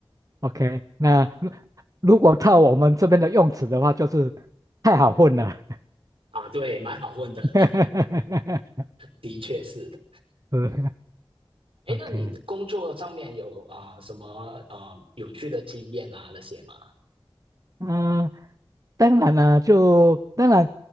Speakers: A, on the right; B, on the right.
A: OK，那如如果套我们这边的用词的话，就是太好混了。
B: 啊，对，蛮好混的，
A: <laughs>
B: 的确是的。
A: 是
B: 哎，
A: OK，
B: 那你工作上面有啊、呃什么呃有趣的经验啊那些吗？
A: 嗯、当然啦、就当然，